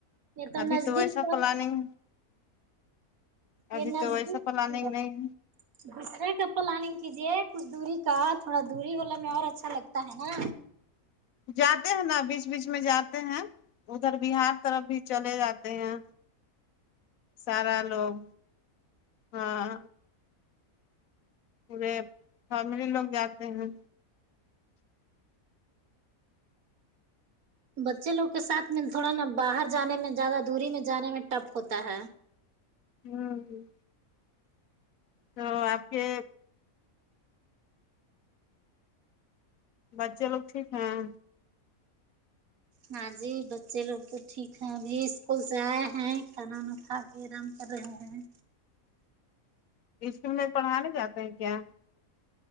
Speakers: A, on the right; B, on the left.
A: یہ
B: ابھی
A: نزدیک
B: تو ویسا
A: پڑ
B: پلاننگ
A: گیا،
B: ابھی
A: یہ نزدیک
B: تو ویسا
A: پڑ
B: پلانگ
A: گیا
B: نہیں
A: دوسرے کا پلاننگ کیجے کچھ دوری کا تھوڑا دوری والا میں اور اچھا لگتا ہے نا
B: جاتے ہیں نا بیچ بیچ میں جاتے ہیں ادھر بہار طرف بھی چلے جاتے ہیں سارا لوگ ہاں پورے فیملی لوگ جاتے ہیں
A: بچے لوگ کے ساتھ میں تھوڑا نا باہر جانے میں زیادہ دوری میں جانے میں ٹف ہوتا ہے
B: ہوں ہوں تو آپ کے بچے لوگ ٹھیک ہیں
A: ہاں جی بچے لوگ تو ٹھیک ہیں ابھی اسکول سے آئے ہیں کھانا وانا کھا آرام کر رہے ہیں
B: ایسٹ میں پڑھانے جاتے ہیں کیا